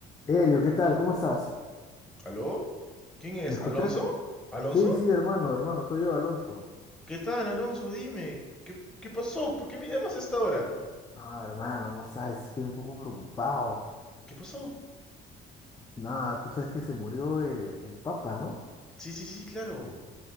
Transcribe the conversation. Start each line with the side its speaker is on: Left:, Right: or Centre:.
Left: Elio, ¿qué tal? ¿Cómo estás?
Centre: ¿Aló? ¿Quién es?
Left: ¿Me escuchas?
Centre: ¿Alonso? ¿Alonso?
Left: Sí, sí, hermano, hermano, soy yo, Alonso.
Centre: ¿Qué tal, Alonso? Dime. ¿Qué, qué pasó? ¿Por qué me llamas a esta hora?
Left: Ah, hermano, no sabes, estoy un poco preocupado.
Centre: ¿Qué pasó?
Left: Nada, tú sabes que se murió eh, el Papa, ¿no?
Centre: Sí, sí, sí, claro.